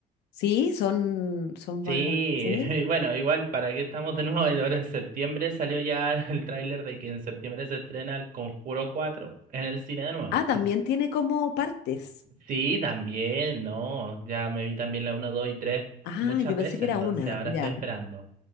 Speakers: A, on the left; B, on the right.
A: Sí, son, son
B: Sí,
A: más, ¿sí?
B: <laughs> bueno, igual, ¿para qué estamos de nuevo? Ahora en septiembre salió ya <laughs> el tráiler de que en septiembre se estrena el Conjuro 4 en el cine de nuevo.
A: Ah, también tiene como partes.
B: Sí, también, no, ya me vi también la uno 2 y 3
A: Ah,
B: muchas
A: yo pensé
B: veces,
A: que
B: entonces
A: era una,
B: ahora
A: ya.
B: estoy esperando.